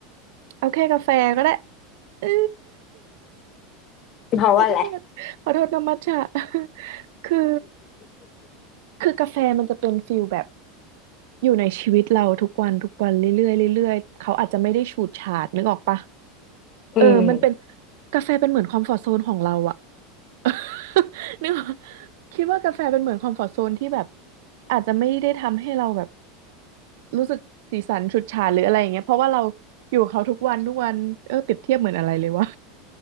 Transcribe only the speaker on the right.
เอาแค่กาแฟก็ได้ <laughs> เออ
ขอโทษขอโทษนะมัทฉะ <laughs> คือคือกาแฟมันจะเป็นฟิลแบบอยู่ในชีวิตเราทุกวันทุกวันเรื่อยๆเรื่อยๆเขาอาจจะไม่ได้ฉูดฉาดนึกออกปะ
เออมันเป็นกาแฟเป็นเหมือนคอมฟอร์ z โซนของเราอะ <laughs> นึกว่าคิดว่ากาแฟเป็นเหมือนคอมฟอร์ z โซนที่แบบอาจจะไม่ได้ทำให้เราแบบรู้สึกสีสันฉูดฉาดหรืออะไรอย่างเงี้ยเพราะว่าเราอยู่กับเขาทุกวันทุกวันเออเปรียบเทียบเหมือนอะไรเลยวะ